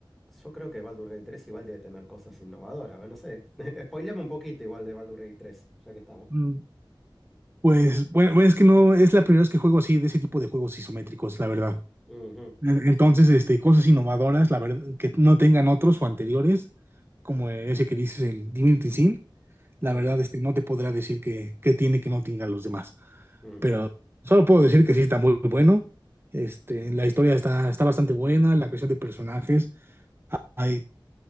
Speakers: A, in the centre; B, on the right.
A: Yo creo que Baldur's Gate 3 igual debe tener cosas innovadoras. a ver, No sé. <laughs> Spoileame un poquito igual de Baldur's Gate 3, ya que estamos.
B: Mm, Pues bueno, es que no es la primera vez que juego así de ese tipo de juegos isométricos,
A: Ujú,
B: la verdad.
A: ujú,
B: Entonces, este, cosas innovadoras, la verdad, que no tengan otros o anteriores, como ese que dices, el Divinity Sin, la
A: sí.
B: verdad, este, no te podrá decir que, que tiene que no tengan los demás.
A: ujú,
B: Pero solo puedo decir que sí está muy bueno. Este, la historia está, está bastante buena, la creación de personajes. Hay,